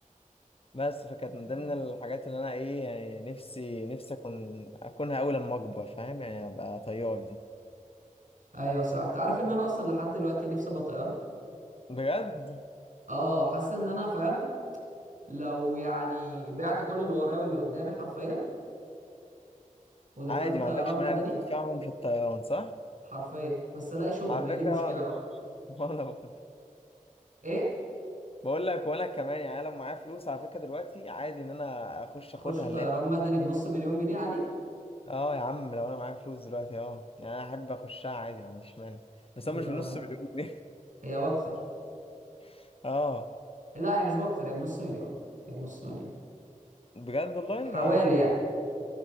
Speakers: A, on the left; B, on the right.
A: بس فكانت من ضمن الحاجات اللي انا ايه يعني نفسي نفسي اكون اكونها قوي لما اكبر فاهم يعني ابقى طيار دي
B: ايوه صح انت عارف ان انا اصلا لحد دلوقتي نفسي ابقى طيار
A: بجد
B: اه حاسس ان انا فاهم لو يعني بعت كل اللي ورايا واللي قدامي حرفيا ودخلت
A: عادي
B: طيران
A: ما عندكش مانع
B: مدني
A: انك تدفعهم في الطيران صح؟
B: حرفيا بس الاقي شغل
A: على
B: ما هي دي
A: فكرة
B: المشكله بقى
A: <laughs> وانا برضه.
B: ايه
A: بقول لك وانا كمان يعني أنا لو معايا فلوس على فكرة دلوقتي عادي ان انا اخش
B: تخش
A: اخدها
B: طيران
A: اللي هي
B: مدني بنص مليون جنيه عادي
A: اه يا عم لو انا معايا فلوس دلوقتي اه يعني انا احب اخشها عادي ما عنديش مانع بس
B: للدرجه
A: انا مش بنص
B: دي
A: مليون جنيه
B: هي واكتر
A: <laughs> اه
B: لا هي مش باكتر هي بنص مليون هي بنص مليون
A: بجد والله
B: حوالي
A: لا يا عم
B: يعني